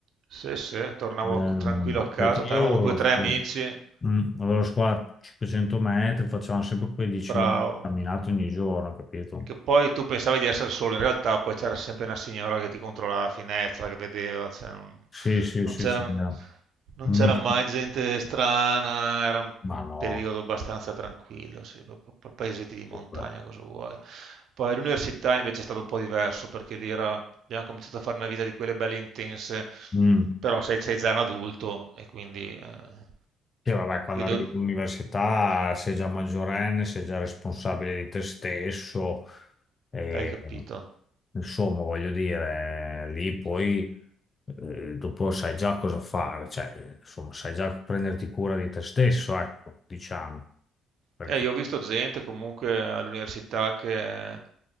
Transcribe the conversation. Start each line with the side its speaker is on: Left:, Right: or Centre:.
Right: Sì, sì, tornavo
Left: Ehm,
Right: tranquillo a casa,
Left: perché
Right: tra-
Left: io
Right: avevamo
Left: avevo
Right: due
Left: lo,
Right: o tre
Left: scu-
Right: amici,
Left: mm, avevo lo squat 500 metri, facevamo sempre quei 10
Right: bravo.
Left: minuti di camminata ogni giorno, capito?
Right: Che poi tu pensavi di essere solo, in realtà poi c'era sempre una signora che ti controllava la finestra, che vedeva, cioè, non,
Left: Sì, sì,
Right: non
Left: sì,
Right: c'era
Left: c'era.
Right: non
Left: Mi-
Right: c'era mai gente strana, era un
Left: Ma no,
Right: periodo abbastanza tranquillo, sì, pa- pa- pa- paesetti di montagna,
Left: pure.
Right: cosa vuoi. Poi all'università invece è stato un po' diverso, perché lì era- abbiamo cominciato a fare una vita di quelle belle intense,
Left: Mm.
Right: però sei, sei già un adulto e quindi eh,
Left: Sì, vabbè, quando
Right: io
Left: arrivi
Right: devo...
Left: all'università sei già maggiorenne, sei già responsabile di te stesso e
Right: Hai capito?
Left: insomma, voglio dire, lì poi eh, dopo sai già cosa fare, cioè, insomma, sai già prenderti cura di te stesso, ecco, diciamo, perché
Right: Eh, io ho visto gente comunque all'università che, eh,